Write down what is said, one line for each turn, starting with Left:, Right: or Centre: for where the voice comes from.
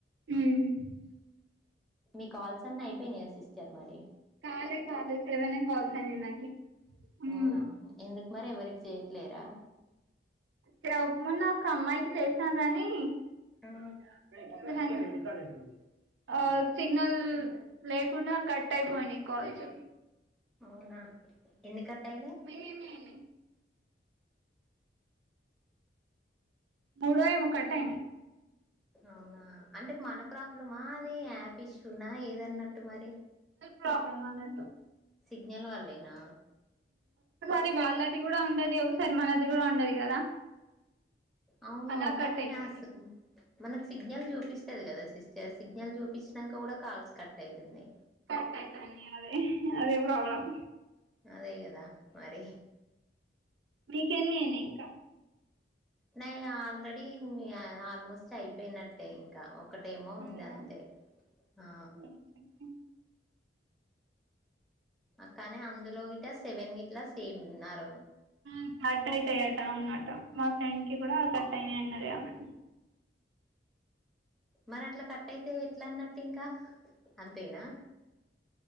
Right: మ్
Centre: మీ కాల్సన్ని అయిపోయినాయా సిస్టర్ మరి
Right: కాలే కాలే సెవనే కాల్సైనయి నాకి ఉమ్
Centre: అవునా ఎందుకు మరి ఎవరికి చేయట్లేరా
Right: తేవ్ మొన్న ఒక అమ్మాయికి చేసినా కాని
Centre: ఆ
Right: <unintelligible> సిగ్నల్ లేకుండా కట్ అయిపోయినాయి కాల్స్
Centre: అవునా ఎందుకట్ టయినయ్
Right: మీవి ఎన్ని అయినాయి మూడో ఏమో కట్టయినయి
Centre: అవునా అంటే మన ప్రాబ్లమా అది యాప్ ఇష్యూ నా ఏదన్నట్టు మరి
Right: ప్రాబ్లమ్ అన్నట్టు
Centre: సిగ్నల్ వల్లేనా
Right: ది వాళ్ళది కూడా ఉండది ఒకసారి మనది కూడా ఉండది కదా
Centre: అవును
Right: అలా కట్
Centre: కానీ
Right: అయిపోయింది
Centre: అస్ మనకు సిగ్ సిగ్నల్ చూపిస్తది కదా సిస్టర్, సిగ్నల్ చూపించినాక కూడా కాల్స్ కట్ అవుతున్నాయి.
Right: <unintelligible> అదే అదే ప్రాబ్లమ్
Centre: అదే కదా మరి
Right: మీకెన్ని అయినయి కా
Centre: నాయి ఆల్రెడీ ఆల్మోస్ట్ అయిపోయినట్టే ఇంకా ఒ ఒకటేమో ఉంది
Right: అవునా
Centre: అంతే ఆ
Right: ఓకే, ఓకే.
Centre: అక్కనే అందులో గిట్ట సెవెన్ గిట్లా సేమ్న్నారు
Right: మ్ కట్ అవుతాయట అవున్నట మా ఫ్రెండ్ ఇ కూడా కట్ అయినాయి అన్నది ఆమె
Centre: మరి అట్లా కట్ట అయితే ఎట్లా అన్నట్టు ఇంకా అంతేనా